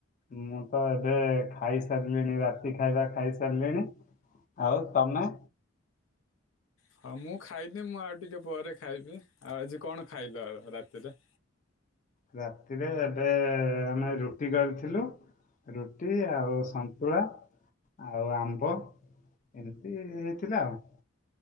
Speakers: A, on the left; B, on the left.
A: ମୁଁ ତ ଏବେ ଖାଇ ସାରିଲିଣି ରାତି ଖାଇବା ଖାଇସାରିଲିଣି -- ଆଉ ତମେ
B: ହଁ ମୁଁ ଖାଇନି ମୁଁ ଆଉ ଟିକେ ପରେ ଖାଇବି ଆଉ ଆଜି କଣ ଖାଇଲ ଆଉ ରାତିରେ।
A: ରାତିରେ ଏବେ ଆମେ ରୁଟି କରିଥିଲୁ ରୁଟି ଆଉ ସନ୍ତୁଳା ଆଉ ଆମ୍ବ -- ଏମିତି ହେଇ ଥିଲା ଆଉ।